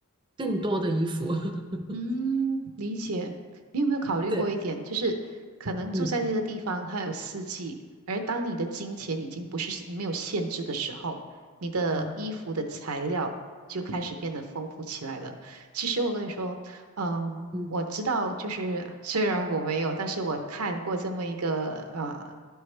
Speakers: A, on the right; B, on the right.
A: 更多的衣服。<laughs>
B: 嗯，理解。你有没有考虑过一点，
A: 对，
B: 就是可能住在这个地方，
A: 嗯
B: 它有四季，而当你的金钱已经不是你没有限制的时候，你的衣服的材料就开始变得丰富起来了。
A: 啊
B: 其实我跟你说，嗯，
A: 嗯
B: 我知道，就是虽然我没有，但是我看过这么一个呃